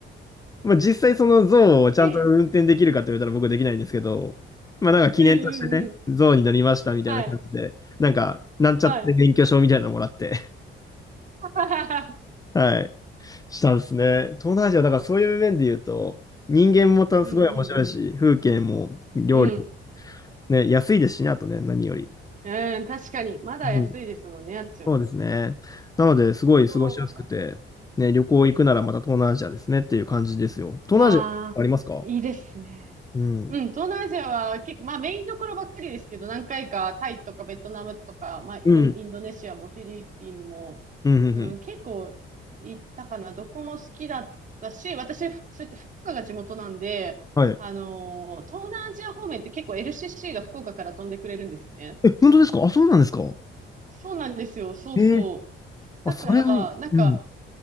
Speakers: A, on the left; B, on the right.
A: まあ、実際その象をちゃんと運転できるかって言われたら僕できないんですけど、
B: え、
A: まあなんか記念としてね、
B: うんうんうん。
A: 象に乗りましたみたいな感じで、
B: はい。
A: なんか、なんちゃって免許証みたいなのもらって、
B: はい。<laughs>
A: <laughs> はい、したんですね。東南アジア、だからそういう面で言うと、人間もたすごい面白いし、
B: うんうん
A: 風景も料理も
B: うん。うん。
A: ね、安いですしね、あとね、何より。
B: うん、確かに。まだ安いですもんね、
A: うん、
B: あっちは。
A: そうですね。なので、すごい過ごしやすくて、
B: おー、
A: ね、旅行行くならまた東南アジアですねっていう感じですよ。東南アジアありますか
B: ああ、いいですね。
A: うん。
B: うん、東南アジアは結構、まあメインどころばっかりですけど、何回かタイとかベトナムとか、まあインド、
A: うん。
B: インドネシアもフィリピンも、
A: うん、うん、
B: うん、
A: うん。
B: 結構行ったかな。どこも好きだったし、私、ふそうやって福岡が地元なんで、
A: はい
B: あのー東南アジア方面って結構 LCC が福岡から飛んでくれるんですね。
A: え、本当ですかあ、そうなんですか
B: そうなんですよ。そうそう。
A: ええあ、
B: だから、
A: それは、
B: なんか、
A: うん。